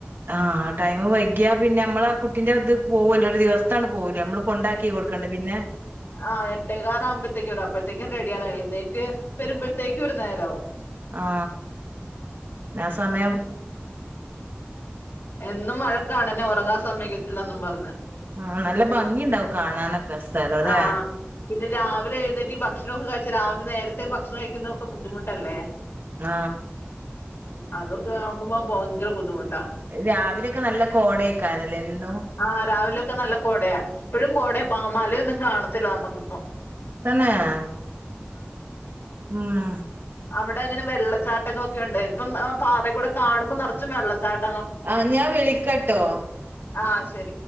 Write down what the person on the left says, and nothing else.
ആ എട്ടേക്കാൽ ആവുമ്പയത്തേക്കും അപ്പത്തേക്കും റെഡിയാണ് എഴുന്നേ റ്റ് വരുമ്പോഴത്തേക്ക് ഒരു നേരാവും
ഏ ന്നും വഴക്കാണ് എന്നെ ഒറങ്ങാൻ സമ്മതിക്കത്തില്ലന്നും പറഞ്ഞ്.
ആഹ് പിന്നെ രാവിലെ എഴുന്നേറ്റ് ഭക്ഷണമൊക്കെ കഴിച്ചു രാവിലെ നേരത്തെ ഭക്ഷണം കഴിക്കുന്നതൊക്കെ ബുദ്ധിമുട്ടല്ലേ
അതൊക്കെ നോക്കുമ്പോ ഭയങ്കര ബുദ്ധിമുട്ടാ
ആ രാവിലെയൊക്കെ നല്ല കോടയാ ഇപ്പഴും കോടയാ പാ മലയൊന്നും കാണത്തില്ല നമ്മക്കിപ്പം
അവിടെങ്ങനെ വെള്ളച്ചാട്ടങ്ങളൊക്കെ ഉണ്ടായി ഇപ്പം പാതേ കൂടെ കാണുമ്പം നടക്ക ച്ചും വെള്ളചാട്
ആഹ് ശരി